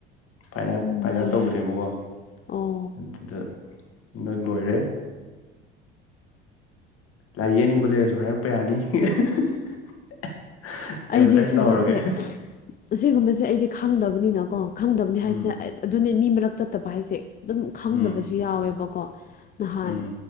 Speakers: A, on the left (about 50°); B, on the left (about 30°).
A: ꯐꯥꯏꯟ ꯑꯥꯔꯠ
B: ꯌꯥꯝ
A: ꯐꯥꯏꯟ
B: ꯅꯩꯌꯦ
A: ꯑꯥꯔ꯭ꯠ ꯇꯧꯕꯅꯦꯕꯀꯣ
B: ꯑꯣ
A: ꯑꯗꯨꯗ‌ꯣ ꯍꯟꯗꯛ ꯂꯣꯏꯔꯦ ꯂꯥꯏ ꯌꯦꯛꯍꯟꯅꯤꯡꯕ ꯂꯩꯔꯁꯨ ꯍꯥꯏꯔꯛꯄ ꯌꯥꯅꯤ꯫ ꯑꯦꯗꯚꯔꯇꯥꯏꯁ
B: ꯑꯩꯗꯤ ꯑꯁꯤꯒꯨꯝꯕꯁꯦ
A: ꯇꯧꯔꯒꯦ
B: ꯑꯁꯤꯒꯨꯝꯕꯁꯦ ꯑꯩꯗꯤ ꯈꯪꯗꯕꯅꯤꯅꯀꯣ ꯈꯪꯗꯕꯅꯤ ꯍꯥꯏꯁꯦ
A: ꯎꯝ
B: ꯑꯗꯨꯅꯦ ꯃꯤ ꯃꯔꯛ ꯆꯠꯇꯕ ꯍꯥꯏꯁꯦ꯫ ꯑꯗꯨꯝ ꯈꯪꯗꯕꯁꯨ
A: ꯎꯝ
B: ꯌꯥꯎꯋꯦꯕꯀꯣ ꯅꯍꯥꯟ
A: ꯎꯝ